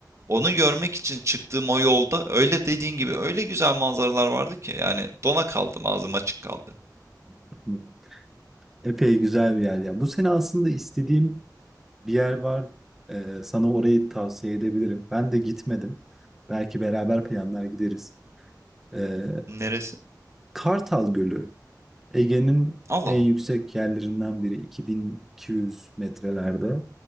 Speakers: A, on the right; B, in the centre.
A: onu görmek için çıktığım o yolda öyle dediğin gibi öyle güzel manzaralar vardı ki yani dona kaldım ağzım açık kaldı.
B: <laughs> Epey güzel bir yer ya. Bu sene aslında istediğim bir yer var. Eee, sana orayı tavsiye edebilirim. Ben de gitmedim. Belki beraber planlar gideriz. Ee,
A: Neresi?
B: Kartal Gölü Ege'nin
A: Allah
B: en
A: Allah.
B: yüksek yerlerinden biri 2200 metrelerde.